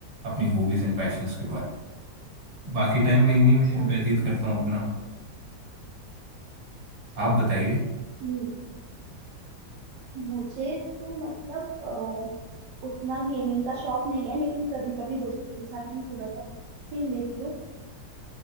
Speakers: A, on the right; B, on the right.
A: अपनी हॉबीज एंड पैशंस के बाद बाकी टाइम मैं इन्हीं
B: अच्छा
A: में व्यतीत करता हूँ अपना
B: अच्छा
A: आप बताइए
B: हम्म मुझे तो मतलब अ, उतना गेमिंग का शौक नहीं है लेकिन कभी कभी दोस्तों के साथ मैं थोड़ा बहुत खेल लेती हूँ